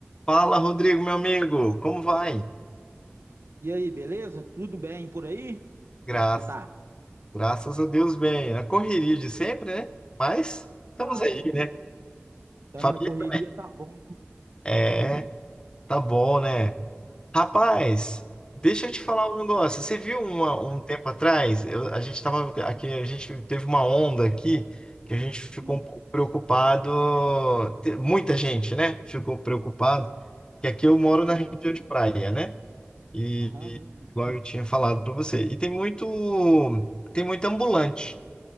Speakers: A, on the left (about 20°); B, on the right (about 70°).
A: Fala, Rodrigo, meu amigo, como vai?
B: E aí, beleza? Tudo bem por aí? Como
A: Graças,
B: é que você tá?
A: graças a Deus, bem. A correria de sempre, né? Mas estamos
B: Ah,
A: aí, né?
B: estamos
A: Família
B: na correria,
A: também.
B: tá bom.
A: É,
B: né? <laughs>
A: tá bom, né? Rapaz, deixa eu te falar um negócio. Você viu uma- um
B: Hum,
A: tempo atrás? eu- a gente tava aqui, a gente teve uma onda aqui que a gente ficou
B: hum,
A: um pouco preocupado. te- Muita gente, né? Ficou preocupado. Que aqui eu moro
B: do que
A: na região
B: isso?
A: de praia, né? E,
B: Aham,
A: e
B: hum,
A: igual eu tinha falado para você. E tem muito, tem muito ambulante